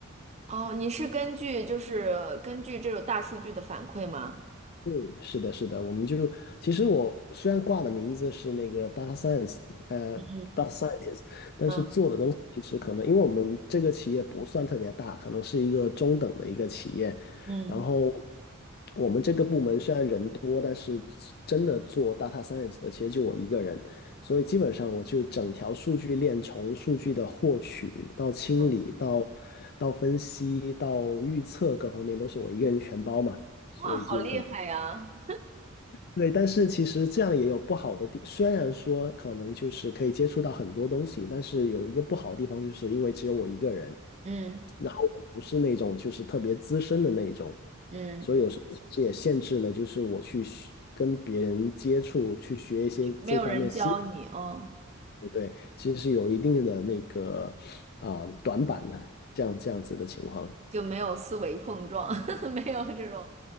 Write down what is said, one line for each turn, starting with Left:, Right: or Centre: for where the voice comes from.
Right: 哦，你是根据就是根据这种大数据的反馈吗？
Left: 嗯是的，是的，我们就其实我虽然挂的名字是那个 data science，呃，data
Right: 嗯
Left: scientist，但是做的东西其实可能，
Right: 嗯
Left: 因为我们这个企业不算特别大，可能是一个中等的一个企业，
Right: 嗯，
Left: 然后我们这个部门虽然人多，但是真的做 data science 的其实就我一个人，所以基本上我就整条数据链从数据的获取到清理到
Right: 嗯
Left: 到分析到预测各方面都是我一个人全包嘛，所以就可能。
Right: 哇，好厉害呀！
Left: 对，但是其实这样也有不好的地，虽然说可能就是可以接触到很多东西，但是有一个不好的地方，就是因为只有我一个人，
Right: 嗯
Left: 然后我不是那种就是特别资深的那种，
Right: 嗯，
Left: 所以有时候其实也限制了，就是我去学跟别人接触，去学一些这方面新，
Right: 没有人教你哦，
Left: 对对，其实是有一定的那个啊、短板的，这样这样子的情况。
Right: 就没有思维碰撞，<laughs> 没有这种。